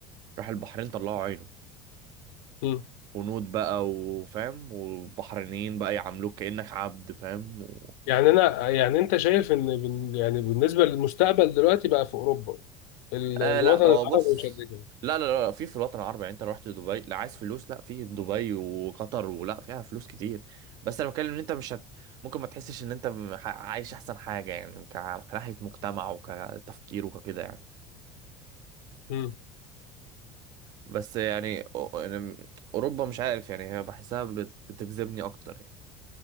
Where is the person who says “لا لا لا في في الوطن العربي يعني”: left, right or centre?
Right